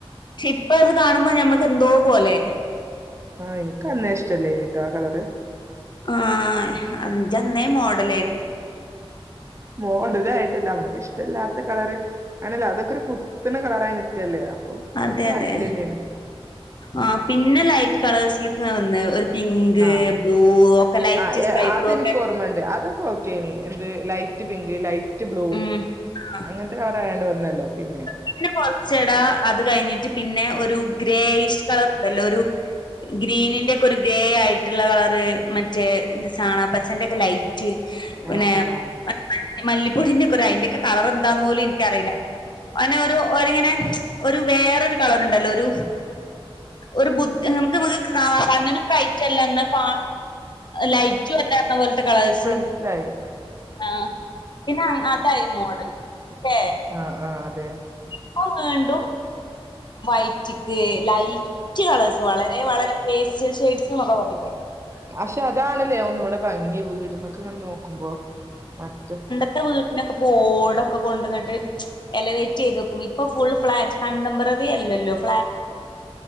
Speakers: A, on the left; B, on the right.
A: പക്ഷെ ഇപ്പ അത് കാണുമ്പോ ഞമ്മക്ക് എന്തോ പോലെ
B: ആഹ് എനിക്ക് അന്നേ ഇഷ്ട്ടല്ലെയ്ന്ട്ടോ ആ കളറ്
A: ആഹ് ഇജ് അന്നേ മോഡലായിരുന്നു
B: മോഡലായിട്ടല്ല നമുക്ക് ഇഷ്ട്ടല്ലാത്ത കളറ് അങ്ങനെ അല്ല അതൊക്കെ ഒരു കുത്തുന്ന കളറായി നിക്കല്ലെ അപ്പോ
A: അതെ
B: വലിയ താല്പര്യം
A: അതെ
B: ഇല്ലേന്നു
A: ആഹ് പിന്നെ ലൈറ്റ് കളേഴ്സ് നിന്നാ വന്നത് ഒര് <unintelligible> പിങ്ക്
B: ആഹ്
A: ബ്ലൂ ഒക്കെ ലൈറ്റ്
B: ആഹ് ഏ
A: സ്കൈ
B: അതെനിക്ക്
A: ബ്ലൂ ഒക്കെ
B: ഓർമ്മയുണ്ട് അതൊക്കെ ഓർ <unintelligible> എന്ത് ലൈറ്റ് പിങ്ക് ലൈറ്റ് ബ്ലൂ
A: ഉം ആഹ്
B: അങ്ങൻത്തെ കളറായോണ്ട് വന്നല്ലോ പിന്നെ
A: പിന്നെ കൊറച്ചെടാ അത് കഴിഞ്ഞിട്ട് പിന്നെ ഒരു ഗ്രേയിഷ് കളർ ഉണ്ടല്ലോ ഒരു ഗ്രീനിന്റൊക്കെ ഒരു ഗ്രേ ആയിട്ടുള്ള കളറ് മറ്റേ ന്ത് ചാണപ്പച്ചന്റൊക്കെ ലൈ റ്റ് പിന്നെ
B: ആഹ് ആഹ് ആഹ്
A: മ മല്ലിപ്പൊടിന്റൊക്കൊരു അയിന്റെയൊക്കെ കളറെന്താന്ന് പോലും ഇൻക്കറീല പിന്നെ ഒരു ഒരിങ്ങനെ ഒരു വേറോരു കളറിണ്ടല്ലോ ഒരു
B: ഉം
A: ഒരു ബുദ്ധ് ഏഹ് നമുക്ക് മുക്ക് കാ കണ്ണിനും ബ്രൈറ്റല്ല ന്നാ കാ ലൈറ്റും അല്ല എന്ന പോലത്തെ കളേഴ്സ്
B: മനസ്‌ലായി
A: ആഹ് പിന്നെ അങ്ങ് അതായി മോഡൽ ഇല്ലേ
B: ആഹ് ആഹ് അതെ
A: <unintelligible> വൈറ്റ്ക്ക് ലൈറ്റ് കളേഴ്സ് വളരെ വളരെ പേസ്റ്റൽ ഷെയ്ഡ്സ്ന്നൊക്കെ പറയില്ലേ
B: പക്ഷെ അതാണ്ലേ ഒന്നൂടെ ഭംഗി വീടുമ്മക്ക്ങ്ങ് ന്ന് നോക്കുമ്പോ മറ്റ
A: ന്റെ വീടിനൊക്കെ ഇപ്പൊഓടൊക്കെ കൊണ്ടന്നിട്ട് എലവേറ്റെയ്ത് വെക്കും ഇപ്പൊ ഫുൾ ഫ്ളാറ്റ് <unintelligible> റി അല്ലല്ലോ ഫ്ലാറ്റ്